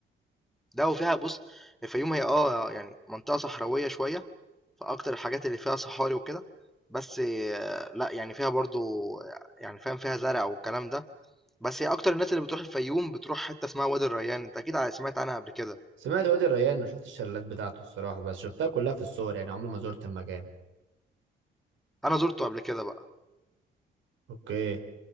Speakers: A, in the centre; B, on the right.
A: ده وفيها بص الفيوم هي اه يعني منطقه صحراويه شويه فاكتر الحاجات اللي فيها صحاري وكده بس آه، لا يعني فيها برضو يعني فاهم فيها زرع والكلام ده بس هي اكتر الناس اللي بتروح الفيوم بتروح حته اسمها وادي الريان انت اكيد سمعت عنها قبل كده
B: سمعت وادي الريان ما شفت الشلالات بتاعته الصراحه بس شفتها كلها في الصور يعني عمري ما زرت المكان
A: انا زرته قبل كده بقى
B: اوكي